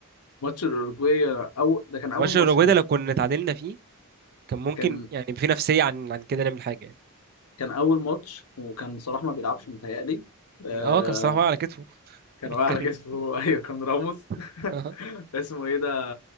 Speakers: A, on the left; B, on the right.
A: الاوروجواي او ده كان اول
B: ماتش الاوروجواي
A: ماتش كان
B: ده لو
A: فيه
B: كنا اتعادلنا فيه كان ممكن
A: كان
B: يعني في نفسيه عن عن كده نعمل حاجه يعني
A: كان اول ماتش وكان صلاح ما بيلعبش متهيألي آه
B: اه كان صلاح واقع على كتفه
A: كان
B: <laughs>
A: واقع على
B: كان
A: كتفه <laughs> ايوه كان راموس
B: <laughs>
A: <laughs> اسمه ايه ده